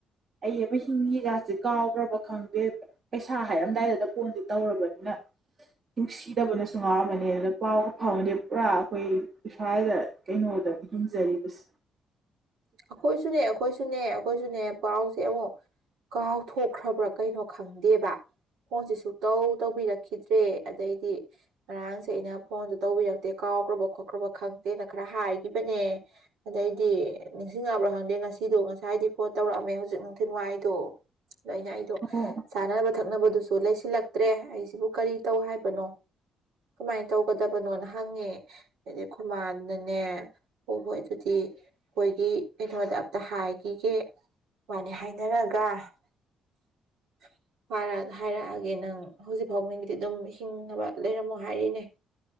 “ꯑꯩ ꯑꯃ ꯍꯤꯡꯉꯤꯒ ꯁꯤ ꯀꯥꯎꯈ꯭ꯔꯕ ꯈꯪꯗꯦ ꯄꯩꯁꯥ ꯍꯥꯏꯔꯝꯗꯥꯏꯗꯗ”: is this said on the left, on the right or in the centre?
Right